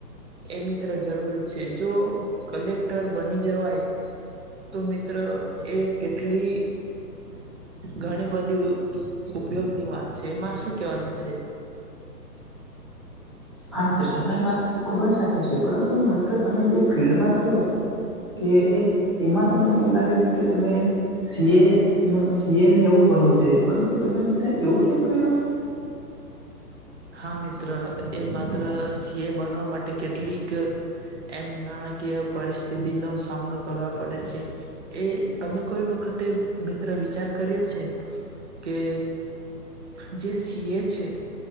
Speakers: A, on the right; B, on the right.
A: એ મિત્ર જરૂરી છે જો કલેક્ટર બની જવાય તો મિત્ર એ કેટલી ઘણી બધી ઉપયોગની વાત છે એમાં શું કેવાનું છે.
B: હા તો તમારી વાત ખુબ જ સાચી છે પરંતુ મિત્ર તમે જે ફિલ્ડમાં છો. કે એઈસ એમાં તો મને એવું લાગે છે કે તમે સીએ સી એને એવું બનવું જોઈએ પરંતુ તમે મિત્ર એવું કેમ કર્યું.
A: હા મિત્ર એ માત્ર સી એ બનવા માટે કેટલીક એમ નાણાકીય પરિસ્થિતિ નો સામનો કરવા પડે છે. એ તમે કોઈ વખતે મિત્ર વિચાર કર્યો છે કે જે સીએ છે